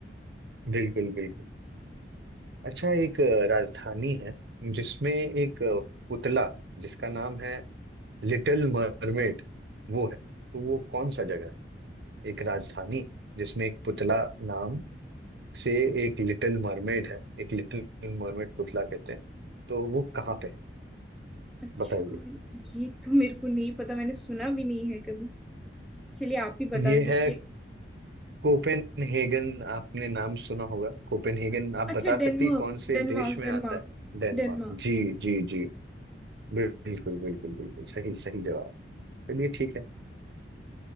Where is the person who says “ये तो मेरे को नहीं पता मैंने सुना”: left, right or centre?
Centre